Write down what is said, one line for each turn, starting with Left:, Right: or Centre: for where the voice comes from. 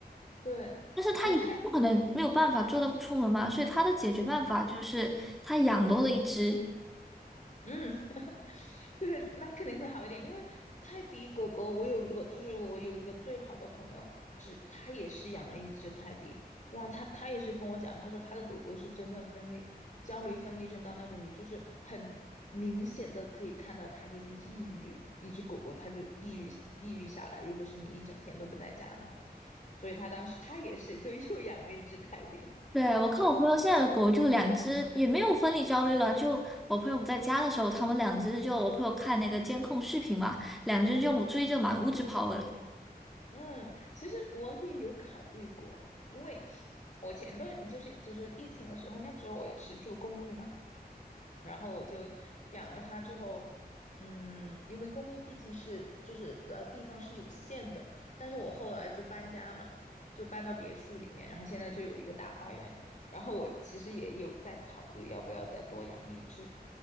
Left: 对，
Centre: 但是他也不可能没有办法做到不出门嘛，
Left: 哎，泰迪，
Centre: 所以他的解决办法就是他养多了一只。
Left: 嗯，<laughs> 对，那肯定会好一点，因为泰迪狗狗，我有一个，就是我有一个最好的朋友，只他也是养了一只泰迪，哇，他他也是跟我讲，他说他的狗狗是真的分裂焦虑分裂症到那种，你就是很明显的可以看到它就是抑郁，一只狗狗它就抑郁抑郁下来，如果是你一整天都不在家的话，所以他当时他也是就又养了一只泰迪，
Centre: 对，我看我朋友现在的狗就两只，也没有分离焦虑了。就我朋友不在家的时候，他们两只就我朋友看那个监控视频嘛，两只就追着满屋子跑了，
Left: 嗯，其实我也有考虑过，因为我前段就是就是疫情的时候，那个时候我也是住公寓嘛，然后我就养了它之后，嗯，因为公寓毕竟是就是呃地方是有限的，但是我后来就搬家了，就搬到别墅里面，然后现在就有一个大花园，然后我其实也有在考虑要不要再多养一只，